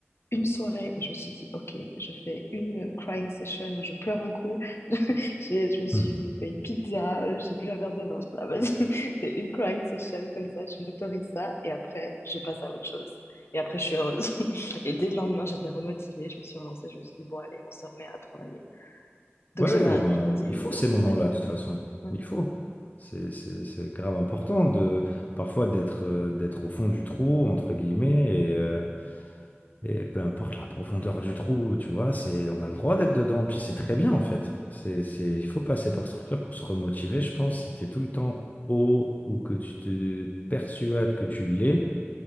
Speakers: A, on the left (about 65°); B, on the left (about 35°).
A: une soirée où je me suis dit, OK, je fais une euh, crying session où je pleure un coup. <laughs> J'ai- Je me suis
B: Hmm.
A: fait une pizza, euh, j'ai bu un verre de vin. J'étais là, vas-y, <laughs> c'est une crying session comme ça. Je m'autorise ça. Et après, je passe à autre chose. Et après, je suis heureuse. <laughs> Et dès le lendemain, j'étais remotivée. Je me suis relancée. Je me suis dit, bon, allez, on se remet à travailler. Donc,
B: Ouais,
A: je sais pas,
B: on-
A: je me dis,
B: il faut ces
A: oh,
B: moments-là,
A: ouais.
B: de toute façon.
A: ouais,
B: Il faut. C'est c'est- c'est grave important de parfois d'être euh, d'être au fond du trou, entre guillemets, et, euh, et peu importe la profondeur du trou, tu vois, c'est on a le droit d'être dedans, puis c'est très bien en fait. C'est, c'est, il faut passer
A: ouais,
B: par ce truc-là pour se remotiver, je pense, si tu es tout le temps haut ou que tu te persuades que tu l'es.